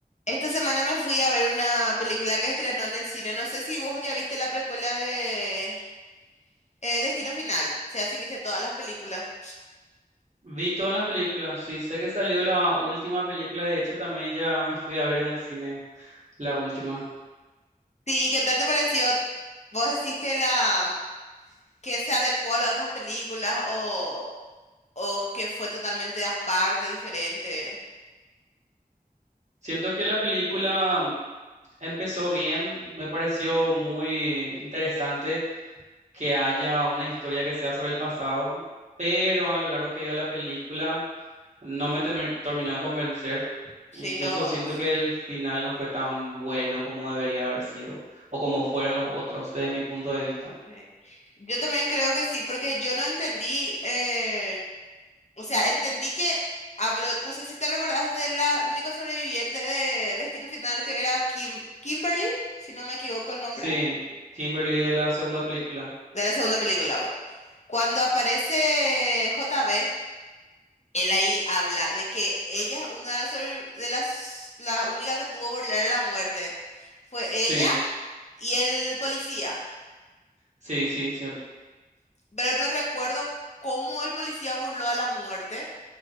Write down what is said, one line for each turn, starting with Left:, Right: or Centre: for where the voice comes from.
Left: Esta semana me fui a ver una película que estrenó en el cine. No sé si vos ya viste la precuela de eh, Destino Final. O sea, si viste todas las películas.
Right: Vi todas las películas, sí, sé que salió la última película, de hecho también ya me fui a ver en el cine la última.
Left: Sí, ¿qué tal te pareció? ¿Vos decís que la que se adecuó a las otras películas o, o que fue totalmente aparte, diferente?
Right: Siento que la película mm, empezó bien, me pareció muy interesante que haya una historia que sea sobre el pasado, pero a lo largo que iba la película no me temer- terminó de convencer. Incluso
Left: Sí, los.
Right: siento que el final no fue tan bueno como debería haber sido, o como fueron los otros desde mi punto de vista.
Left: sí. Yo también creo que sí, porque yo no entendí. eh, O sea, entendí que habló, no sé si te recordás de la única sobreviviente de Destino Final que era Kim, Kimberly, si no me equivoco el nombre,
Right: Sí, Kimberly de la segunda película.
Left: de la segunda película, bueno. Cuando aparece J. B. él ahí habla de que ella es una de las, sobre- de las la única que pudo burlar la muerte. Fue
Right: Sí,
Left: ella y el policía.
Right: sí, sí, cierto.
Left: Pero no recuerdo cómo el policía burló a la muerte.